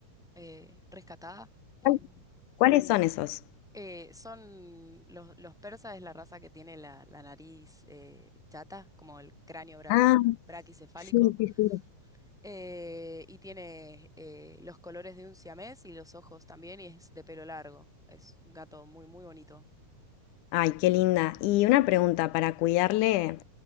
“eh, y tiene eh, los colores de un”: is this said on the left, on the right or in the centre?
Centre